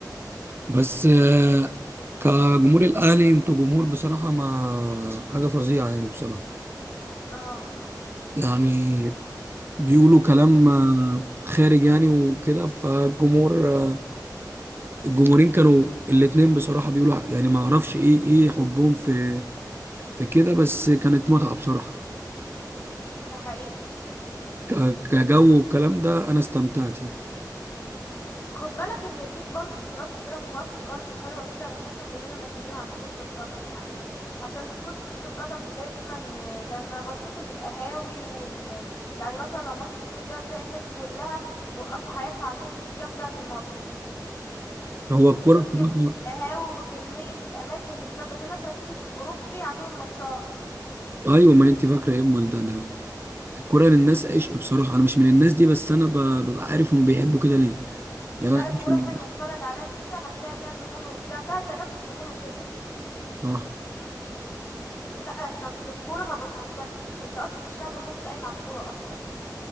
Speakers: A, on the right; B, on the left.
A: بس آه، كجمهور الاهلي انتوا جمهور بصراحه ما حاجه فظيعه يعني بصراحه
B: اه
A: يعني بيقولوا كلام آه، خارج يعني وكده فالجمهور آه، الجمهورين كانوا الاتنين بصراحه بيقولوا ح- يعني ما اعرفش ايه ايه حبهم في في كده بس كانت متعه بصراحه
B: ده حقيقي
A: ك- كجو والكلام ده انا استمتعت يعني
B: خد بالك ان فيك برضو بطولات كتيرة في مصر برضو حلوة كده بس احنا كلنا مركزين على كرة القدم يعني عشان كرة القدم دايما ده انا بشوف القهاوي وال يعني مثلا لو ماتش مهم كده تلاقي الناس كلها موقفة حياتها عشان الدقيقة بتاعة الماتش دي
A: هو الكوره
B: تشوف كمية
A: بصراحة-
B: القهاوي وكمية الأماكن اللي فات ده في ناس ركبت الأوروبي عشان الماتشات
A: ايوه ما انت فاكره ايه امال ده ده الكوره للناس عشق بصراحه انا مش من الناس دي بس انا ب- ببقى عارف هم بيحبوا كده ليه يعني
B: لا
A: انا عارف
B: الكرة
A: إن-
B: حلوة اتفرج عليك كده هتلاقي اللعب حلو وبتاع فيها تنافس وحلو كده
A: صح
B: لا احنا في الكورة ما بنهزرش انت اصلا الشعب المصري قايم على الكورة اصلا